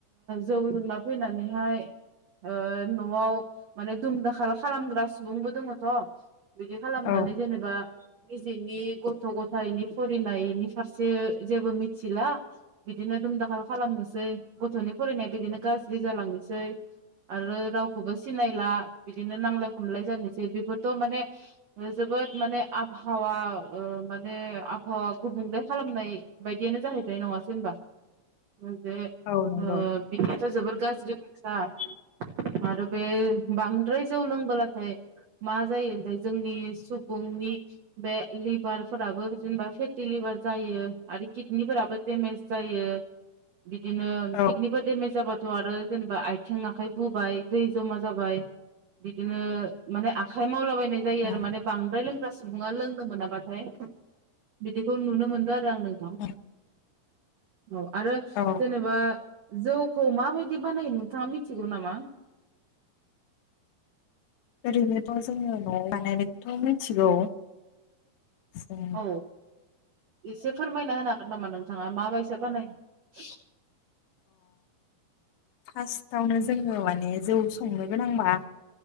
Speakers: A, on the right; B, on the left.
A: जौ लोंना फैनानैहाय ओ न'आव माने दुम दाखा खालामग्रा सुबुंबो दङथ' बिदि खालामनानै
B: औ
A: जेनेबा निजिनि गथ' गथायनि फरिनायनि फारसे जेबो मिथिला बिदिनो दुमदाखाल खालामनोसै गथ'नि फरिनाया बिदिनो गाज्रि जालांनोसै आरो रावखौबो सि सिनायला बिदिनो नांलाय ख खमलाय जानोसै बेफोरथ' माने जोबोद माने आबहावा ओ माने आबहावा गुबुंले खालामनाय बायदियानो जाहैबाय नङासै होबा मोनसे
B: औ नंगौ
A: ओ बिदियाथ' जोबोर गाज्रि अबस्था आरो बे बांद्राय जौ लोंबोलाथाय मा जायो ओमफाय जोंनि सुबुंनि बे लिभारफोराबो जेनबा फेटि लिभार जायो आरो किडनिफोराबो डेमेज जायो। बिदिनो
B: औ
A: किदनिफोर देमेज जाबा थ' आरो जेनेबा आय थें आखाइ बुबाय दै जमा जाबाय बिदिनो माने आखाइ मावलाबाय नाय
B: उम
A: आरो बांद्राय लोंग्रा सुब सुबुङा लोंनो मोनाबाथाय बिदिखौ नुनो मोनदो आ रो आं नोंथां
B: उम
A: औ आरो
B: औ
A: जेनेबा जौखौ माबायदि बानायो नोंथाङा मि थिगौ नामा?
B: ओरैनोथ' जोङो न'आव बानायनायखौथ' मिथिगौ। जों
A: औ एसे फोरमायना होनो हागोन नामा नोंथाङा माबायसा <unintelligible>
B: फास्टावनो जोङो माने जौ संनो गोनांबा